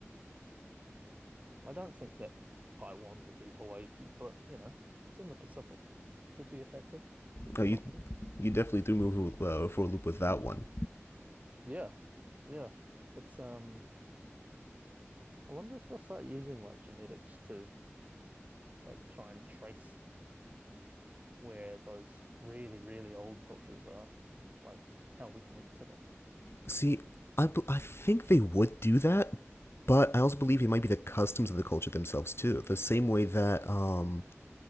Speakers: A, on the right (about 30°); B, on the left (about 60°).
A: I don't think that Taiwan would be Hawaii, but you know, it's in the Pacific. Could be a factor. Could be
B: No, you
A: an option.
B: you definitely threw me uh, for a loop with that one.
A: Yeah. Yeah. It's um I wonder if they'll start using like genetics to like try and trace where those really, really old cultures are, like how we connect to them.
B: See, I I think they would do that, but I also believe it might be the customs of the culture themselves too. The same way that um,